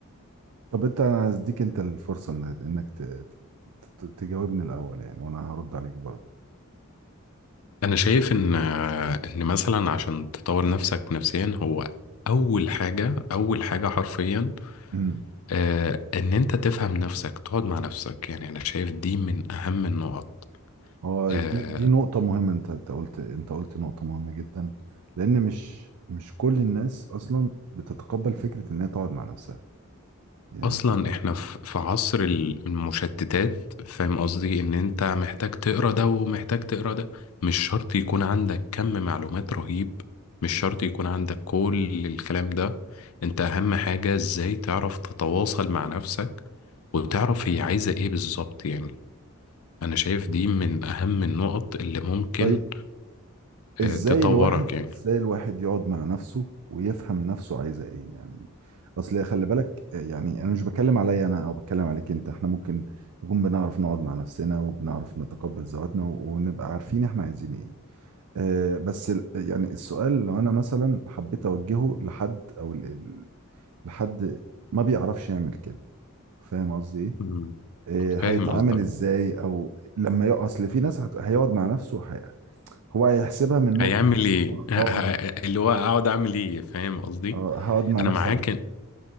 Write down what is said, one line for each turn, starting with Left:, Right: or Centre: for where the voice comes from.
Right: طب أنت أنا هديك أنت الفرصة إن- إنك ت- ت- ت- تجاوبني الأول يعني وأنا هرد عليك برضه
Left: أنا شايف إن إن مثلا عشان تطور نفسك نفسيا هو أول حاجة أول حاجة حرفيا
Right: مم.
Left: آه إن أنت تفهم نفسك تقعد مع نفسك يعني أنا شايف دي من أهم النقط
Right: هو
Left: آه،
Right: دي دي نقطة مهمة انت انت قلت انت قلت نقطة مهمة جدا لأن مش مش كل الناس أصلا بتتقبل فكرة إن هي تقعد مع نفسها يعني
Left: اصلا احنا ف- في عصر ال- المشتتات فاهم قصدي ان انت محتاج تقرا ده ومحتاج تقرا ده مش شرط يكون عندك كم معلومات رهيب مش شرط يكون عندك كل الكلام ده انت اهم حاجة ازاي تعرف تتواصل مع نفسك وتعرف هي عايزة ايه بالظبط يعني انا شايف دي من اهم النقط اللي ممكن
Right: طيب ازاي
Left: آه، تطورك
Right: الواحد
Left: يعني
Right: ازاي الواحد يقعد مع نفسه ويفهم نفسه عايزة ايه يعني اصل خلي بالك يعني انا مش بتكلم عليا انا او بتكلم عليك انت احنا ممكن نكون بنعرف نقعد مع نفسنا وبنعرف نتقبل ذواتنا و- ونبقى عارفين احنا عايزين ايه آه، بس ال- يعني السؤال لو انا مثلا حبيت اوجهه لحد او ال- ال- لحد ما بيعرفش يعمل كده فاهم قصدي ايه
Left: مم.
Right: آه، هيتعامل
Left: فاهم قصدك
Right: ازاي او لما يقع اصل في ناس هت- هيقعد مع نفسه وهي- هو هيحسبها من نقطة
Left: هيعمل
Right: ان
Left: ايه
Right: هو
Left: ه- ه-
Right: اه
Left: اللي هو اقعد اعمل ايه فاهم قصدي
Right: آه، هقعد مع
Left: انا
Right: نفسي
Left: معاك
Right: أعمل.